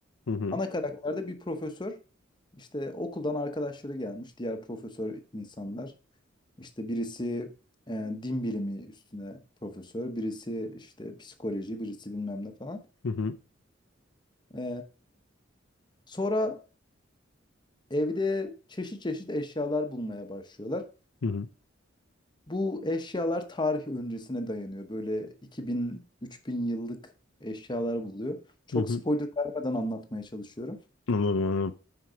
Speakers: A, on the left (about 80°); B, on the left (about 25°).
A: Hı hı.
B: Ana karakterde bir profesör. İşte okuldan arkadaşları gelmiş. Diğer profesör insanlar. İşte birisi e, din bilimi üstüne profesör. Birisi işte psikoloji. Birisi bilmem ne falan.
A: Hı hı.
B: E, sonra Evde çeşit çeşit eşyalar bulmaya başlıyorlar.
A: Hı hı.
B: Bu eşyalar tarih öncesine dayanıyor. Böyle 2000-3000 yıllık eşyalar buluyor. Çok
A: Hı hı.
B: spoiler vermeden anlatmaya çalışıyorum.
A: Anladım anladım.